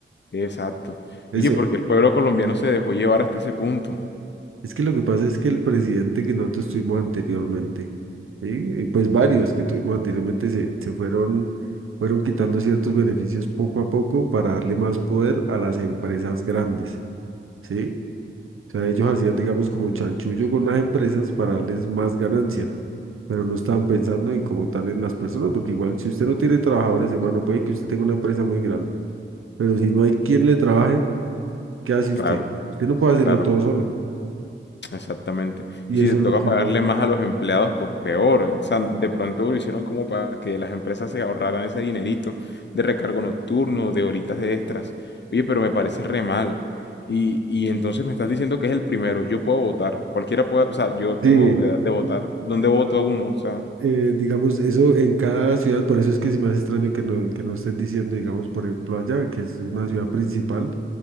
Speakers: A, on the left; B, on the right.
A: exacto.
B: Eso,
A: Oye, porque el pueblo colombiano se dejó llevar hasta ese punto.
B: es que lo que pasa es que el presidente que nosotros tuvimos anteriormente, ¿sí? Y pues varios que tuvimos anteriormente se, se fueron, fueron quitando ciertos beneficios poco a poco para darle más poder a las empresas grandes. ¿Sí? sea, ellos hacían, digamos, como chanchullo con las empresas para darles más ganancia, pero no estaban pensando en como tal en las personas, porque igual si usted no tiene trabajadores, hermano, puede que usted tenga una empresa muy grande, pero si no hay quien le trabaje, ¿qué hace
A: Claro,
B: usted? Usted no puede hacerlo
A: claro.
B: todo solo.
A: Exactamente.
B: Y
A: Y si
B: eso
A: te
B: es
A: toca
B: lo que
A: pagarle
B: no...
A: más a los empleados, pues peor. O sea, de pronto lo hicieron como para que las empresas se ahorraran ese dinerito de recargo nocturno, de horitas de extras. Oye, pero me parece re mal. Y, y entonces me estás diciendo que es el primero. Yo puedo votar. Cualquiera puede, o sea, yo tengo
B: Sí,
A: edad de votar. ¿Dónde
B: claro.
A: voto a uno? O sea,
B: eh, digamos, eso en cada ciudad, por eso es que se me hace extraño que no, que no estén diciendo, digamos, por ejemplo, allá, que es una ciudad principal.